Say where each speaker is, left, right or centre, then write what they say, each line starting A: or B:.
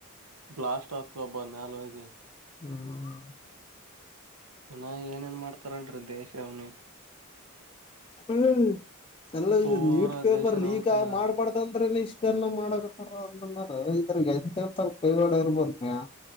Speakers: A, on the right; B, on the left.
A: ಬ್ಲಾಸ್ಟ್ ಆಗ್ತ ಒಬ್ಬ ಮ್ಯಾಲ ಹೋಗಿ.
B: ಹುಂ
A: ಇನ್ ಏನೇಏನ್ ಮಾಡ್ತಾರನ್ರೀ ದೇಶ ಅವ್ನೈತ್
B: ಹ್ಮ ಎಲ್ಲಾ
A: ಪೂರಾ
B: ನೀಟ್ ಪೇಪರ್
A: ದೇಶನ
B: ಲೀಕ್
A: ಅವನ್ ಕೈಯಾಗ
B: ಮಾಡಬಾರದ ಅಂದ್ರೆ ಇಷ್ಟೆಲ್ಲಾ ಮಾಡಕತಾರ ಅಂದ್ಮೇಲೆ ಇದ್ರಾಗ್ ಎಂತೆ ಎಂತ ಕೈವಾಡ ಇರಬೇಕ್ರಿ ಹಾ